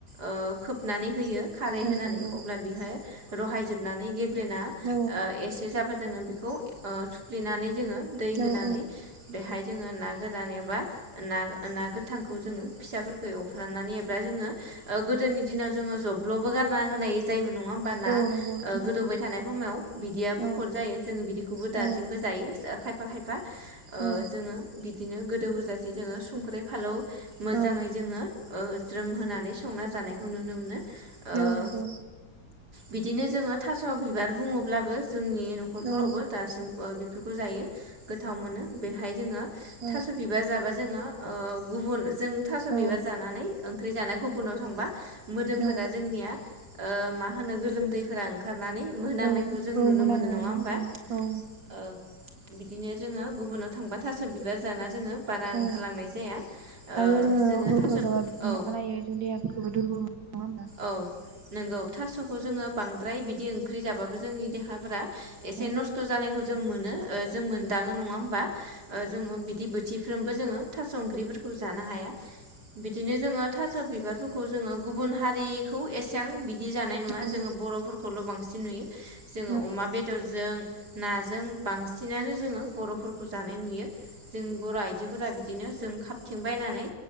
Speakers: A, on the right (about 60°); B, on the right (about 80°).
A: ओ खोबनानै होयो खारै
B: औ
A: होनानै
B: नंगौ
A: अब्ला बेहाय रहायजोबनानै गेब्लेना
B: औ
A: एसे जाबा जोङो बेखौ ओ थुफ्लेनानै जोङो दै होनानै
B: औ
A: बेहाय जोङो ना गोरान एबा ना ना गोथांखौ जोङो फिसाफोरखौ एवफ्राननानै एबा जोङो गोदोनि दिनाव जोङो जब्ल'बो गारना होनाय जायोमोन। नङा होमबाना
B: औ
A: ओ
B: नंगौ नोंथां
A: गोदौबाय थानाय हमायाव बिदियाबो
B: औ
A: खद जायो जोंङो बिदिखौबो दासिमबो
B: औ
A: जायो। खायफा खायफा ओ
B: औ
A: जोङो बिदिनो गोदौ होजासे जोङो संख्रि, फालौ। मोजाङै
B: औ
A: जोङो ओ ज्रोम होनानै संना जानायखौ नुनो मोनो। ओ
B: औ नंगौ।
A: बिदिनो जोङो थास' बिबार बुङोब्लाबो जोंनि न'खरफोरावबो
B: औ
A: दासिम ओ बेफोरखौ जायो गोथाव मोनो बेहाय जोङो
B: औ
A: थास' बिबार जाबा जोङो। ओ गुबुन जों थास'
B: औ
A: बिबार जानानै ओंख्रि जानाया गुबुनाव थांबा मोदोमफोरा
B: औ
A: जोंनिया ओ मा होनो गोलोमदैफोरा ओंखारनानै मोनांनायखौ
B: औ
A: जों
B: औ
A: नुनो
B: मोनामो
A: मोनो नङा
B: नंगौ
A: होमबा
B: औ।
A: ओ बिदिनो जोङो गुबुनाव थांबा थास 'बिबार जाना जोङो बारा ओंखारलांनाय
B: औ
A: जाया ओ
B: आरो जोङो हरफोराव
A: थास'
B: जाबा बिदिनो
A: औ
B: अखानायो जों देहाफोरखौबो दुरबल नङा होमबा
A: औ नंगौ थास'खौ जोङो बांद्राय बिदि ओंख्रि जाबाब बो जोंनि देहाफोरा एसे
B: औ
A: नस्थ' जानायखौ जों मोनो जों मोनदाङो नङा होमबा। ओ जोङो बिदि बोथिफ्रोमबो जोङो थास' ओंख्रिफोरखौ जानो हाया। बिदिनो जोङो थास' बिबारफोरखौ जोङो गुबुन हारिखौ एसेबां बि दि जानाय नुआ
B: नंगौ
A: जोङो बर'फोरखौल बांसिन नुयो जोङो
B: नोंथां
A: अमा बे दरजों नाजों बांसिनानो जोङो बर'फोरखौ जानाय नुयो जों बर' आइजो फोरा बिदिनो जों खाबथिं बायनानै